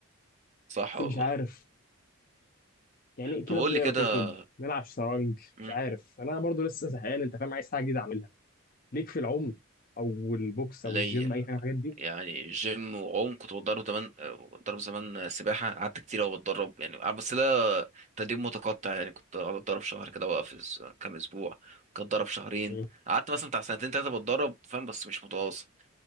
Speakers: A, on the right (about 35°); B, on the left (about 40°).
A: صح
B: بس
A: والله
B: مش عارف يعني كده
A: طب قول
B: بنقرا
A: لي كده
B: كتب نلعب شطرنج
A: مم،
B: مش عارف انا برضو لسه زهقان انت فاهم عايز حاجه جديده اعملها ليك في العوم او البوكس
A: ليا
B: او الجيم اي حاجه من الحاجات دي
A: يعني جيم وعوم كنت بتدرب زمان آه، بتدرب زمان سباحة قعدت كتير أوي بتدرب يعني آه، بس ده تدريب متقطع يعني كنت قعدت أتدرب شهر كده وأقف كام أسبوع كنت أتدرب شهرين
B: مم.
A: قعدت مثلا بتاع سنتين تلاتة بتدرب فاهم بس مش متواصل